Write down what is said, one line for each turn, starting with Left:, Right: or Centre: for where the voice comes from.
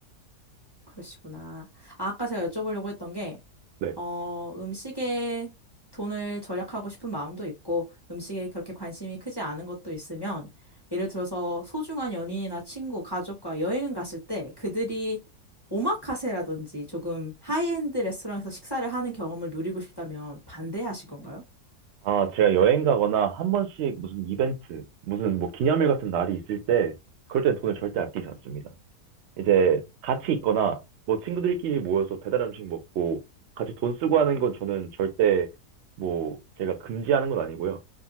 Left: 그러시구나. 아, 아까 제가 여쭤보려고 했던 게
Right: 네.
Left: 어, 음식에 돈을 절약하고 싶은 마음도 있고, 음식에 그렇게 관심이 크지 않은 것도 있으면, 예를 들어서 소중한 연인이나 친구, 가족과 여행을 갔을 때 그들이 오마카세라든지 조금 하이엔드 레스토랑에서 식사를 하는 경험을 누리고 싶다면 반대하실 건가요?
Right: 아, 제가 여행 가거나 한 번씩 무슨 이벤트, 무슨 뭐 기념일 같은 날이 있을 때, 그럴 땐 돈을 절대 아끼지 않습니다. 이제 같이 있거나 뭐 친구들끼리 모여서 배달 음식 먹고 같이 돈 쓰고 하는 건 저는 절대 뭐 제가 금지하는 건 아니고요.